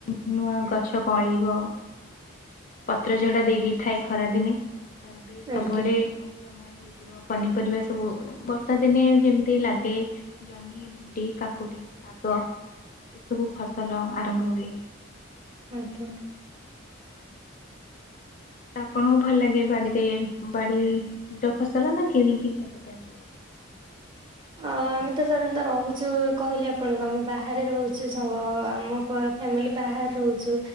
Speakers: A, on the left; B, on the right.
A: ଉଁ ନୂଆ ଗଛ କଅଁଳିବ। ପତ୍ର ଝଡ଼ା ଦେଇ ଦେଇଥାଏ ଖରାଦିନେ। ତ ଏବେ ସବୁଆଡେ
B: ଆଜ୍ଞା
A: ସ ସବୁଜମୟ ହେଇଯିବ ପନିପରିବା ସବୁ ବର୍ଷା ଦିନେ ଯେମିତି ଲାଗେ ଜହ୍ନି, ଭେଣ୍ଡି କାକୁଡ଼ି, ଶାଗ ଏସବୁ ଫସଲ ଆରମ୍ଭ ହୁଏ।
B: ଆଜ୍ଞା।
A: ତ ଆପଣଙ୍କୁ ଭଲ ଲାଗେ ବାଡିରେ ବାଡି ର ଫସଲ ନା କିଣିକି ଖାଇବା ପାଇଁ ଭଲ ଲାଗେ?
B: ଅ ଆମେ ତ ସାଧାରଣତଃ ରହୁଛୁ କହିଲେ ଆପଣଙ୍କୁ ଆମେ ବାହାରେ ରହୁଛୁ ସ
A: ହୁଁ
B: ଆମ ପ-ଫ୍ୟାମିଲି ବାହାରେ ରହୁଛୁ